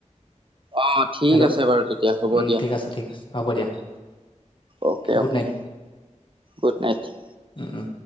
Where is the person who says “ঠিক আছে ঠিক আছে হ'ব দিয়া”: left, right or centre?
Left